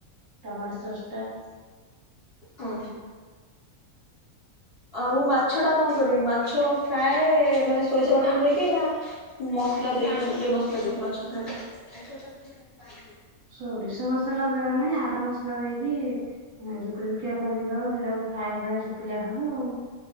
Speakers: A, on the right (about 55°); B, on the left (about 45°).
A: ଟମାଟୋ ସସ୍ ଟା
B: ହଁ ଆଉ ମାଛ ଟା କଣ କରିବି ମାଛ ଫ୍ରାଏ ମାନେ ସୋରିଷ ବାଟନ ଦେଇକି ନା ମସଲା ଦେଇକି ମାନେ ଇଏ ମସଲା ଦେଇକି ମାଛ ଫ୍ରାଏ।
A: ସୋରିଷ ମସଲା ଦ ନାହିଁ ଆର ମସଲା ଦେଇକିୁୋକୁକିଆ କରିକି ଦବ ସେଇଟାକୁ ଫ୍ରାଏ ଭଳି ଶୁଖିଲଆ ହବ ଆଉ।